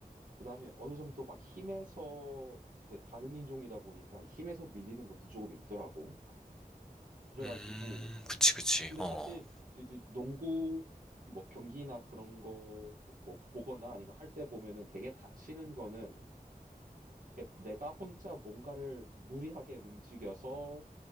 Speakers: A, on the right (about 60°); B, in the centre.
A: 그 다음에 어느 정도 막 힘에서 이제 다른 인종이다 보니까 힘에서 밀리는 것도 조금 있더라고. 그래가지고,
B: 음, 그치, 그치.
A: 근데
B: 어.
A: 사실 이제 농구 뭐 경기나 그런 거 뭐 보거나 아니면 할 때 보면은 되게 다치는 거는 내가 혼자 뭔가를 무리하게 움직여서